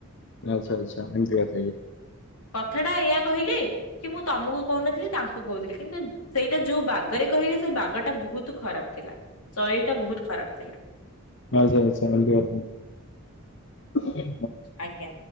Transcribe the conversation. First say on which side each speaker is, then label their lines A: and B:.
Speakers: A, on the left; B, on the left.
A: ଆଚ୍ଛା ଆଚ୍ଛା ଏନ୍ତି କଥାକି
B: କଥା ଟା ଏୟା କହିଲି ତମକୁ କହୁନଥିଲି ତାଙ୍କୁ କହୁଥିଲୁ ସେଟା ଯଉ ବାଗରେ କହିଲି ସେ ବାଗ ଟା ବହୁତ ଖରାପ ଥିଲା ଶୈଳି ଟା ବହୁତ ଖରାପ ଥିଲା।
A: ଆଚ୍ଛା ଆଚ୍ଛା ଏମିତି କଥା କି
B: ଆଜ୍ଞା